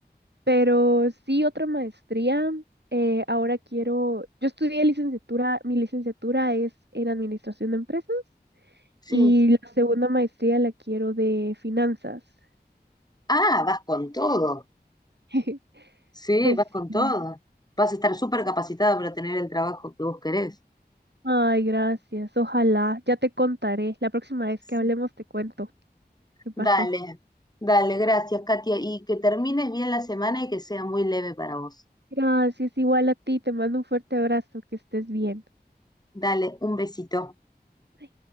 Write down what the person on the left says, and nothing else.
Sí.
Ah, vas con todo.
Sí,
vas con
todo. Vas a estar súper capacitada para tener el trabajo que vos querés.
Sí.
Dale, dale, gracias, Katia. Y que termines bien la semana y que sea muy leve para vos.
Dale, un besito.